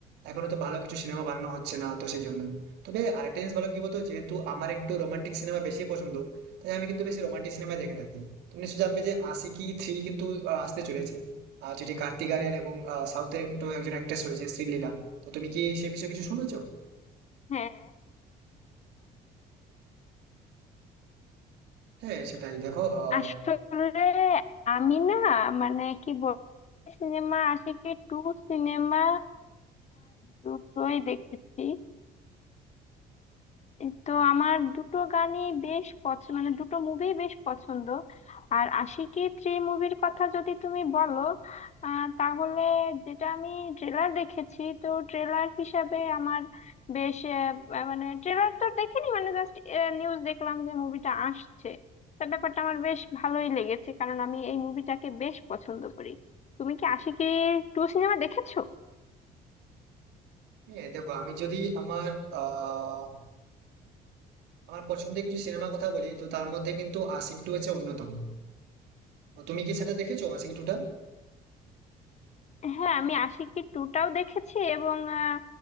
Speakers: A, on the right (about 85°); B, on the left (about 40°).
A: এখন তো ভালো কিছু সিনেমা বানানো হচ্ছে না তো সেই জন্য তবে আরেকটা জিনিস ভালো কি বলতো যেহেতু আমার একটু রোমান্টিক সিনেমা বেশি পছন্দ তাই আমি কিন্তু বেশি রোমান্টিক সিনেমা দেখে থাকি তুমি নিশ্চয়ই জানবে যে আশিকি থ্রি কিন্তু আহ, আসতে চলেছে আর যেটি কার্তিক আরিয়ান এবং আহ, সাউথের একটু একজন অ্যাক্ট্রেস রয়েছে শ্রীলীলা তো তুমি কি সে বিষয়ে কিছু শুনেছো
B: হ্যাঁ
A: হ্যাঁ সেটাই দেখো আহ
B: আসলে আমি না মানে কি বল সিনেমা আশিকি টু সিনেমা দুটোই দেখেছি এই তো আমার দুটো গানই বেশ পছন্দ মানে দুটো মুভি বেশ পছন্দ আর আশিকি থ্রি মুভির কথা যদি তুমি বলো আহ, তাহলে যেটা আমি ট্রেলার দেখেছি তো ট্রেলার হিসাবে আমার বেশ আহ, আহ, মানে ট্রেলার তো দেখিনি মানে জাস্ট নিউজ দেখলাম যে মুভিটা আসছে তা ব্যাপারটা আমার বেশ ভালোই লেগেছে কারণ আমি এই মুভিটাকে বেশ পছন্দ করি তুমি কি আশিকি টু সিনেমা দেখেছো
A: হ্যাঁ দেখো আমি যদি আমার আহ আমার পছন্দের কিছু সিনেমার কথা বলি তো তার মধ্যে কিন্তু আশিকি টু হচ্ছে অন্যতম তো তুমি কি সেটা দেখেছো আশিকি টুটা
B: হ্যাঁ আমি আশিকি টুটাও দেখেছি এবং আহ,